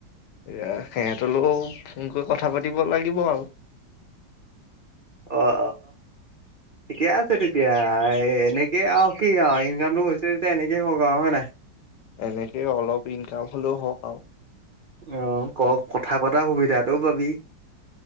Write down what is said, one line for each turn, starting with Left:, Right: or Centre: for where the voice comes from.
Left: এয়া সিহঁতলৈও ফোন কৰি কথা পাতিব লাগিব আৰু।
Right: অ', অ' ঠিকে আছে তেতিয়া, এনে কে, আৰু কি আৰু ইনকামটো হৈছে তেতিয়া এনেকে হওক আৰু হয় নাই।
Left: এনেকে অলপ ইনকাম হ'লেও হওক আৰু।
Right: অ' কওক, কথা পতা সুবিধাটোও পাবি।